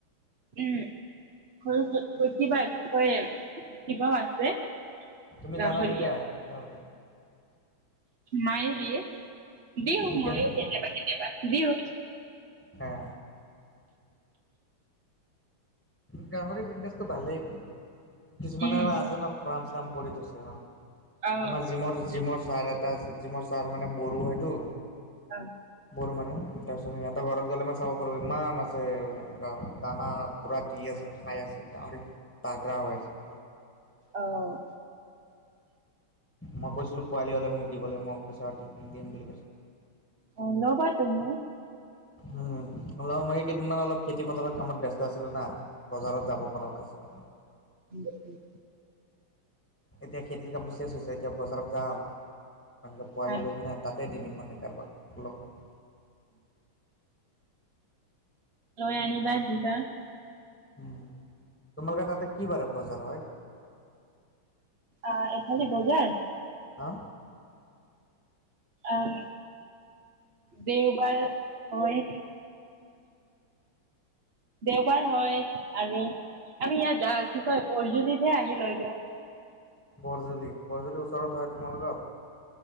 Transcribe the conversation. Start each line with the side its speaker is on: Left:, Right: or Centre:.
Right: উম সৰু কিবা কয় কিবাও আছে।
Centre: তুমি
Right: গাহৰি
Centre: দানা নিদিয়া গাহৰি।
Right: মায়ে দিয়ে দিওঁ
Centre: তুমি কিয়
Right: মই
Centre: নিদিয়া?
Right: কেতিয়াবা কেতিয়াবা দিওঁ।
Centre: হে। গাহৰি বিজনেচটো ভালেই কিন্তু, কিছুমানে
Right: উম
Centre: আছে ন। কাম চাম কৰি থৈছে অ,
Right: অ
Centre: আমাৰ জিমৰ জিমৰ। ছাৰ এটা জিমৰ ছাৰ মানে বড়ো হয়টো,
Right: আং।
Centre: বড়ো মানুহ। তাৰ পিছত সিহঁতে ঘৰত গ'লে মই চাব পাৰো ইমান আছে এনেকা দানা পুৰা দি আছে খাই আছে গাহৰি তাগৰা হৈ আছে।
Right: অ।
Centre: মই কৈছিলোঁ পোৱালি হ'লে মোক দিবলৈ মই পইছা দিম বুলি কৈছ-
Right: অ, ল'বা তুমি।
Centre: উম, লম মই কেইদিনমান অলপ খেতি পথাৰৰ কামত ব্যস্ত আছিলো না। বজাৰত যাব পৰা নাছিল-
Right: উ উম।
Centre: এতিয়া খেতিৰ কামটো চেজ হৈছে এতিয়া বজাৰত যাম এনেকৈ পোৱালি
Right: ভাল
Centre: লৈ কিনে তাতে দি দিম মানে কাৰোবাক লগত।
Right: লৈ আনিবা দিবা।
Centre: উম, তোমালোকে তাতে কি বাৰে বজাৰ হয়?
Right: অ, এইফালে বজাৰ?
Centre: আ।
Right: আহ। দেওবাৰ হয়। দেওবাৰ হয় আৰু আমি ইয়াত কি কয় অৰ্জনিতহে আহি লৈ যাওঁ।
Centre: বৰ্জুলি, বৰ্জুলি ওচৰতে হয় তোমালোকৰ?